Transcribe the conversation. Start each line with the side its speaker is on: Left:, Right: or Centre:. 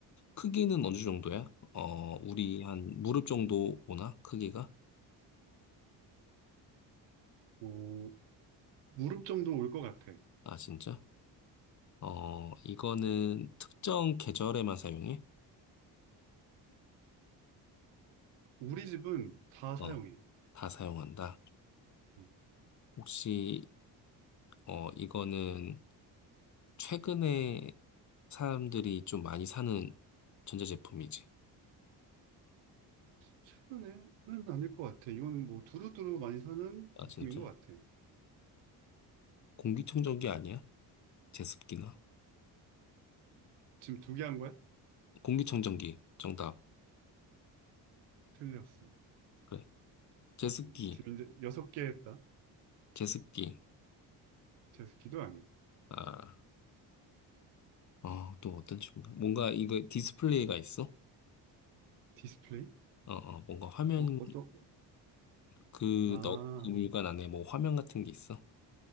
Left: 크기는 어느 정도야? 어, 우리 한 무릎 정도 오나? 크기가?
Right: 어, 무릎 정도 올 것 같아.
Left: 아, 진짜? 어, 이거는 특정 계절에만 사용해?
Right: 우리 집은 다 사용해.
Left: 어, 다 사용한다.
Right: 음.
Left: 혹시, 어, 이거는 최근에 사람들이 좀 많이 사는 전자제품이지?
Right: 최근에는 아닐 것 같아. 이건 뭐 두루두루 많이 사는
Left: 아,
Right: 제품인
Left: 진짜?
Right: 것 같아.
Left: 공기청정기 아니야? 제습기나?
Right: 지금 두 개 한 거야?
Left: 공기청정기. 정답.
Right: 틀렸어.
Left: 그래. 제습기.
Right: 음, 지금 이제 여섯 개 했다.
Left: 제습기.
Right: 제습기도 아니야.
Left: 아, 어, 또 어떤 친구가? 뭔가 이거 디스플레이가 있어?
Right: 디스플레이?
Left: 어, 어, 뭔가 화면,
Right: 어, 어떤?
Left: 그,
Right: 아,
Left: 너, 그 물관 안에 뭐 화면 같은 게 있어?